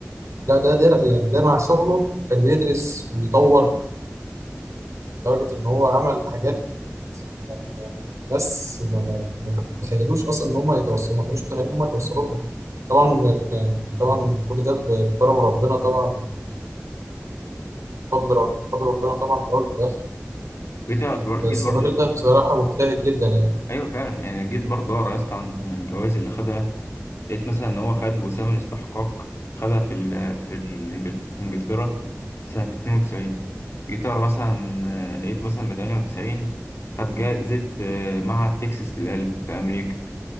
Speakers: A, on the right; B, on the left.
A: لا ده ده يعني ده مع شغله كان بيدرس ويطور لدرجة ان هو عمل حاجات يعني بس ما ما تخيلوش اصلا ان هم يتوصلوا ما كانوش متخيلين ان هم يتوصلوا لها طبعا يعني طبعا كل ده بكرم ربنا طبعا بفضل رب- بفضل ربنا طبعا في الاول وفي الاخر
B: جيت أقعد بر-
A: بس
B: جيت برضه
A: الراجل
B: يا اسطى
A: ده بصراحة مجتهد جدا يعني
B: أيوه فعلا يعني جيت برضه أقرا يا اسطى عن يعني الجوائز اللي خدها لقيت مثلا إن هو خد وسام الاستحقاق خدها في ال... في الإنجلت... في إنجلترا سنة 92 جيت أقرا مثلا آه، لقيت مثلا من 98 خد جائزة آه، معهد تكساس للقلب في أمريكا